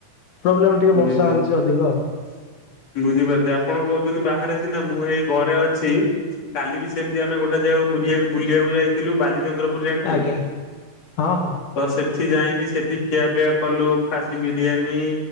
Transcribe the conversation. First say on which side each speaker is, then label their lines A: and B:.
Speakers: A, on the left; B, on the left.
A: ପ୍ରୋବ୍ଲେମ ଟିକେ
B: ବୁଝିପାରୁ
A: ବର୍ଷା ହଉଛି ଅଧିକ ଆଉ
B: ବୁଝିପାରୁଛି ଆପଣ କହୁଛନ୍ତି ବାହାରେ ସିନା ମୁଁ ହେଇ ଘରେ ଅଛି। କାଲି ବି ସେମିତି ଆମେ ଗୋଟେ ଯେଗାକୁ ବୁଲିବାକୁ ବୁଲିବାକୁ ଯାଇଥିଲୁ ବାଲି ଚନ୍ଦ୍ରପୁର ଜାଣିଛନ୍ତି?
A: ଆଜ୍ଞା ହଁ ହଁ
B: ତ ସେଠି ଯାଇକି ସେଠି ଖିଆ ପିଆ କଲୁ ଖାସି ବିରିୟାନୀ